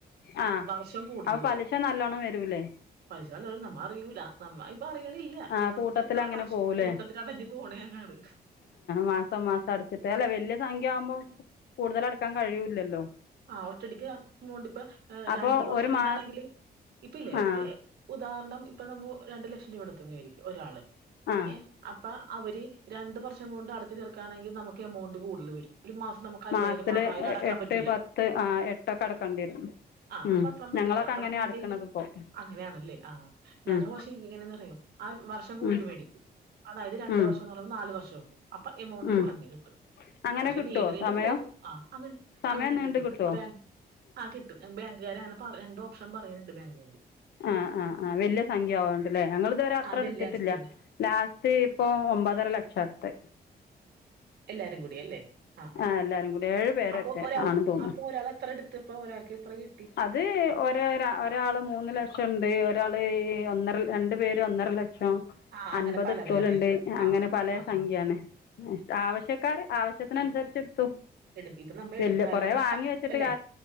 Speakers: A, on the left; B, on the right.
A: ആഹ്
B: വർഷം കൂടുതൽ
A: അപ്പ പലിശ
B: വരും
A: നല്ലോണം വരൂല്ലേ?
B: പലിശ നല്ലോം വരും നമ്മ അറിയൂല നമ്മ ഇപ്പ അറിയണില്ല
A: ആ
B: എന്ന
A: കൂട്ടത്തിലങ്ങനെ
B: എത്ര പലിശ
A: പോവില്ലേ
B: കൂട്ടത്തി അടി പോണേ അങ്ങാട്.
A: മാസം മാസം അടച്ചിട്ട് അല്ലെ വെല്ല്യ സംഖ്യ ആവുമ്പോ കൂടുതലടക്കാൻ കഴിയൂല്ലല്ലോ.
B: ആഹ് ഒറ്റടിക്ക് ആ എമൗണ്ട് ഇപ്പ
A: അപ്പോൾ
B: രണ്ടു വർഷം
A: ഒരു
B: കൊണ്ടാണെങ്കില്
A: മാ
B: ഇപ്പ ഇല്ലേ
A: ആ
B: ഏഹ് ഉദാഹരണം ഇപ്പൊ നമ്മു രണ്ടു ലക്ഷം രൂപ എടുത്തെന്ന് വിചാരിക്ക് ഒരാള്.
A: ആഹ്.
B: ഏഹ് അപ്പ അവര് രണ്ട് വർഷം കൊണ്ട് അടച്ച് തീർക്കാണെങ്കിൽ നമു ക്കെ എമൗണ്ട് കൂടുതൽ വരും ഒരു മാസം നമുക്ക് അയ്യായിരം
A: മാസത്തില്
B: ആറായിരം അടക്കാൻ
A: എട്ട്
B: പറ്റൂല.
A: പത്ത് ആഹ് എട്ടൊക്കെ അടക്കേണ്ടി വരും.
B: ആഹ്
A: ഉം
B: അപ്പൊ അത്രം പറ്റൂല
A: ഞങ്ങളൊക്കെ
B: അപ്പ
A: അങ്ങനെയാ
B: നമ്മ എന്തെയ്തു
A: അടക്കണത് ഇപ്പോൾ
B: അങ്ങനെയാണല്ലേ ആഹ് ഞങ്ങ
A: ഉം
B: പക്ഷേ ഇങ്ങനെന്ന് അറിയോ ആൽ വർഷം കൂട്ടി
A: ഉം
B: മേടിക്കും അതായത് രണ്ട്
A: ഉം
B: വർഷം എന്ന് പറയുമ്പോ നാല് വർഷം ആക്കും. അപ്പൊ എമൗണ്ട്
A: ഉം
B: കൊറഞ്ഞു കിട്ടും
A: അങ്ങനെ
B: പക്ഷെ
A: കിട്ടുമോ
B: നീണ്ടു നീണ്ടു
A: സമയം
B: പോകും ആ അങ്ങനെ
A: സമയം
B: അങ്ങനെ കിട്ടും
A: നീണ്ട്
B: കി
A: കിട്ടുമോ
B: ട്ടും ആഹ് കിട്ടും ബാങ്കുകാര് അങ്ങനെ പറ രണ്ട് ഓപ്ഷൻ പറയുന്നുണ്ട് ബാങ്കുകാര്.
A: ആഹ് ആഹ് ആഹ് വെല്ല്യ സംഖ്യ ആയോണ്ട്ല്ലേ ഞങ്ങൾ ഇതുവരെ അത്ര
B: ആ വെള്ളിയാസം
A: എടുത്തിട്ടില്ല.
B: കൊണ്ട്
A: ലാസ്റ്റ് ഇപ്പൊ ഒമ്പതര ലക്ഷ എടുത്തെ.
B: എല്ലാരും കൂടി അല്ലേ ആഹ് ആഹ്
A: ആ എല്ലാവരും കൂടി ഏഴ് പേരറ്റെ
B: അപ്പോ ഒരാൾ
A: ആണെന്ന് തോന്നുന്നു
B: അപ്പോ ഒരാള് എ ത്ര എടുത്തിപ്പ ഒരാക്ക് എത്ര കി
A: അത് ഒ രാ ഒരാള് മൂന്ന് ലക്ഷം ഇണ്ട് ഒരാള് ഒന്നര രണ്ടു പേര് ഒന്നര ലക്ഷം.
B: ആഹ് അങ്ങനെ
A: അൻപത്
B: പല
A: എടുത്തോലുണ്ട്
B: പല ടൈപ്പ്
A: അങ്ങനെ
B: ആഹ്
A: പലേ
B: ആഹ്
A: സംഖ്യയാണ്.
B: ആഹ്
A: ആവശ്യക്കാര് ആവശ്യത്തിന് അനുസരിച്ച് എടുത്തു.
B: എടുത്തീട്ട് ഇപ്പൊ നമ്മ
A: വലിയ
B: എടുത്താലും
A: കുറേ
B: നമ്മ
A: വാങ്ങി
B: ക
A: വെച്ചിട്ട്
B: അല്ലെ